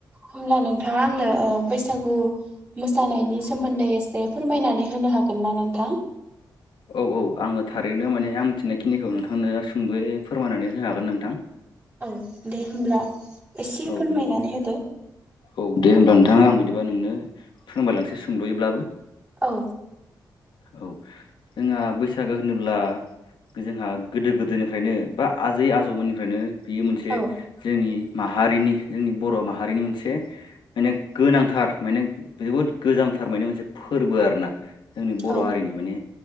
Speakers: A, on the right; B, on the left.
A: होमब्ला नोंथाङा आंनो ऐ बैसागु मोसा मोसानायनि सोमोन्दै एसे फोरमायनानै होनो हागोन ना नोंथां।
B: औ औ आङो थारैनो माने आं मिथिनायखिनिखौ नोंथांनो सुंदयै फोरमायनानै होनो हागोन नोंथां।
A: औ दे होमब्ला एसे
B: औ
A: फोरमायनानै
B: बिदि
A: होदो।
B: औ दे होब्ला नोंथाङा आं बिदि बिदिबा नोंनो फोरमायलांसै सोंद'यैब्लाबो
A: औ।
B: औ जोंहा बैसागो होनोब्ला जोंहा गोदो गोदोनिफ्रायनो बा आजै आजौमोननिफ्रायनो बियो मोनसे
A: औ
B: जोंनि माहारिनि जोंनि बर' माहारिनि मोनसे माने गोनांथार माने जोबोद गोजाम थार मोनाय मोनसे फोरबो आरो ना जोंनि बर'
A: औ
B: हारिनि माने